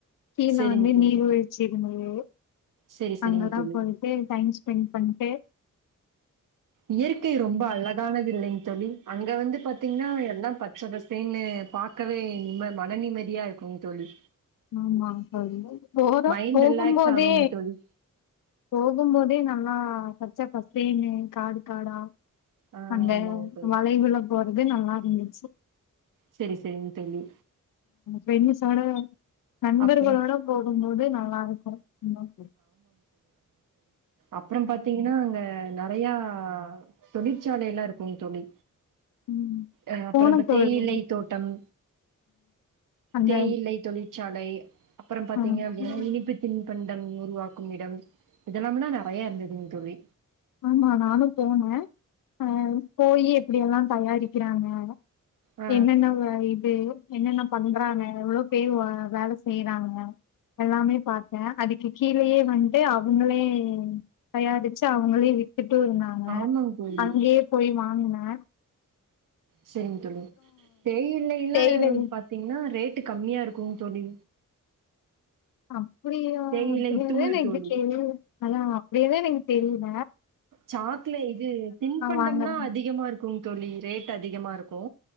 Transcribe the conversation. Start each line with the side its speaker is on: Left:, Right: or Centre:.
Left: கீழே
Right: செரிங்
Left: வந்து
Right: தோழி
Left: நீர்வீழ்ச்சி இருந்தது
Right: செரி செரிங்
Left: அங்கதா
Right: தோழி
Left: போய்ட்டு டைம் ஸ்பெண் பண் <inaudible>
Right: இயற்கை ரொம்ப அழகானது இல்லைங் தோழி அங்க வந்து பாத்தீங்கன்னா எல்லா பத் ச்சை பசல்ன்னு பாக்கவே நிம் மன நிம்மதியா இருக்கும் தோழி
Left: ஆமா சரி போற
Right: மைண்ட்
Left: போகும்போதே
Right: ரிலாக்ஸ் ஆகுங் தோழி.
Left: போகும்போதே நல்லா பச்ச பசல்ன்னு காடு காடா
Right: ஆ
Left: அந்த
Right: ஆமாங் தோழி.
Left: மழை விழப் போர அது நல்லா இருந்துச்சு
Right: சேரி சேரிங் தோழி
Left: வென்னு சொடா நண்பர்களோட
Right: அப்றோ
Left: போகும்போது நல்லா இருக்கு இன்னும் தோழி
Right: அப்புறம் பாத்தீங்கன்னா அங்க க நெறையா தொழிற்சாலை எல்லா இருக்குங் தோழி
Left: ம்
Right: அ அப்புறம்
Left: போன தோழி
Right: தேயிலை தோட்டம்
Left: அந்த
Right: தேயிலை தொழில் ச்சாலை அப்புறம் பாத்தீங்க
Left: ம்
Right: அப்டின்னா இனிப்பு தின் பண் டம் உருவாக்கும் இடம் இதெல்லாம்னா நெறைய இருந்ததுங் தோழி
Left: ஆமா நானும் போன அ போயி எப்டியெல்லா தயாரிக்கிறாங்க
Right: ஆ
Left: என்னென்ன இது என்னென்னப் பண்றாங்க எவ்ளோ பேர் லோ வேல செய்றாங்க எல்லாமே பாத்த அதுக்கு கீழயே வன்ட்டு அவங்களே தயாரிச்சு அவ் அவுங்களே விப் ட்டு இருந்தாங்க
Right: ஆமாங் தோழி
Left: அங்கேயே போய் வாங்குன அ
Right: சேரிங் தோழி தேயிலை எல்லாம்
Left: தேயிலை
Right: பாத்தீங்கன்னா ரேட் ட்டு கம்மியா இருக்குங் தோழி
Left: ஆம் புரியு <unintelligible>
Right: தேயிலை தூள் தோழி
Left: அதா அப்டினே எனக்கு தெரியில
Right: சாக்குலே இது திண்பண்டம்லா
Left: வாங்குறேங்க.
Right: அதிகமா இருக்குங் தோழி ரேட் அதிகமா இருக்கு